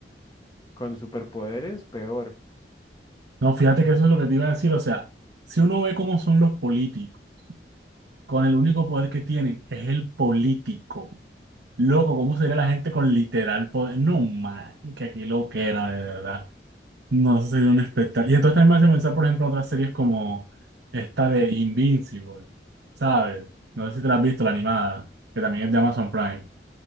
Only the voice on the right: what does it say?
No, fíjate que eso es lo que te iba a decir, o sea, si uno ve cómo son los políticos, con el único poder que tienen es el político. Loco, ¿cómo sería la gente con literal poder? No, man, que aquí lo que era, de verdad. No, eso sería
un espectáculo. Y entonces también me hace pensar, por ejemplo, en otras series como esta de Invincible, ¿sabes? No sé si te la has visto, la animada, que también es de Amazon Prime.